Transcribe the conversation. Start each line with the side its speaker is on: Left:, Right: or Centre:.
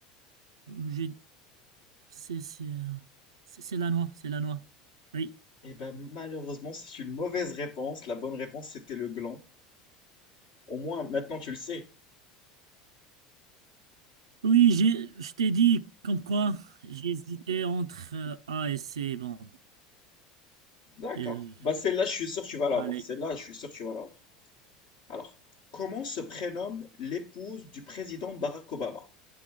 Right: je- c'est c'est, euh, c'est- c'est la noix. C'est la noix. Oui.
Left: eh ben, malheureusement, c'est une mauvaise réponse. La bonne réponse, c'était le gland. Au moins, maintenant, tu le sais.
Right: Oui, j'ai- je t'ai dit comme quoi j'hésitais entre euh, A et C. Bon,
Left: D'accord.
Right: Euh,
Left: Bah, celle-là, je suis sûr que tu vas
Right: allez,
Left: l'avoir. Celle-là, je suis sûr que tu vas l'avoir. Alors, comment se prénomme l'épouse du président Barack Obama?